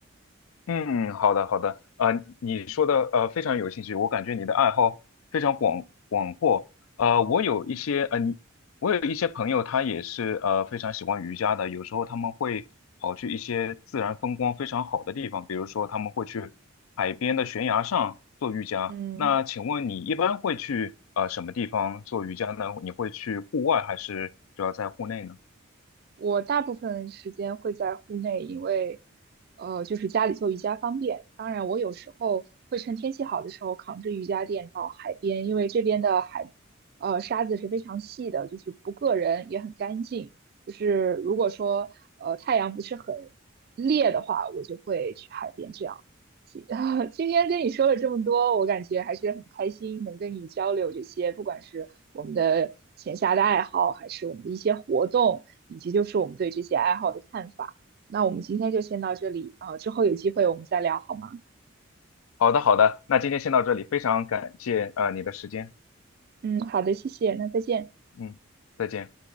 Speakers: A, on the left; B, on the right.
A: 嗯，好的好的，啊、你说的呃非常有兴趣，我感觉你的爱好非常广广阔。呃，我有一些呃你，我有一些朋友，他也是呃非常喜欢瑜伽的，有时候他们会跑去一些自然风光非常好的地方，比如说他们会去海边的悬崖上做瑜伽。
B: 嗯。
A: 那请问你一般会去呃什么地方做瑜伽呢？你会去户外还是主要在户内呢？
B: 我大部分时间会在户内，因为呃，就是家里做瑜伽方便。当然，我有时候会趁天气好的时候扛着瑜伽垫到海边，因为这边的海呃沙子是非常细的，就是不硌人，也很干净。就是如果说呃太阳不是很烈的话，我就会去海边这样。今啊 <laughs> 今天跟你说了这么多，我感觉还是很开心，能跟你交流这些，不管是我们的闲暇的爱好，还是我们的一些活动，以及就是我们对这些爱好的看法。那我们今天就先到这里啊，之后有机会我们再聊好吗？
A: 好的，好的，那今天先到这里，非常感谢呃你的时间，
B: 嗯，好的，谢谢，那再见。
A: 嗯，再见。